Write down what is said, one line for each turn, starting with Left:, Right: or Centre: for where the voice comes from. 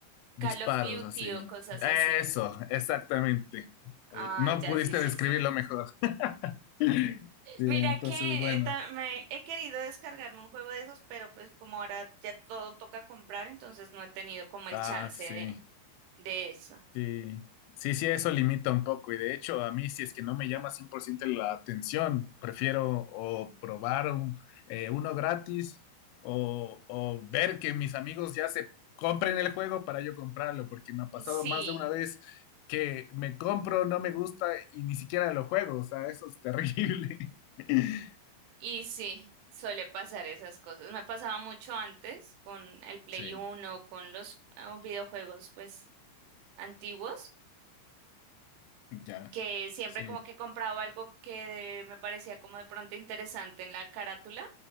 Left: Disparos
Right: Call of Duty
Left: así.
Right: o cosas
Left: Eso,
Right: así.
Left: exactamente.
Right: Ah,
Left: No
Right: ya,
Left: pudiste
Right: sí, sí,
Left: describirlo
Right: sí.
Left: mejor. <laughs> Sí,
Right: Mira
Left: entonces,
Right: que
Left: bueno.
Right: eh, ta- me he querido descargarme un juego de esos, pero pues como ahora ya todo toca comprar, entonces no he tenido como el
Left: Ah,
Right: chance
Left: sí.
Right: de, de eso.
Left: Sí, sí, sí, eso limita un poco. Y de hecho, a mí, si es que no me llama 100% la atención, prefiero o probar un- eh, uno gratis o, o ver que mis amigos ya se compren el juego para yo comprarlo, porque me ha pasado
Right: Sí,
Left: más de una vez que me compro, no me gusta y ni siquiera lo juego. O sea, eso es terrible. <laughs>
Right: y sí, suele pasar esas cosas. Me pasaba mucho antes con el Play
Left: Sí,
Right: uno, con los eh, videojuegos pues antiguos,
Left: ya,
Right: que siempre
Left: sí,
Right: como que compraba algo que de- me parecía como de pronto interesante en la carátula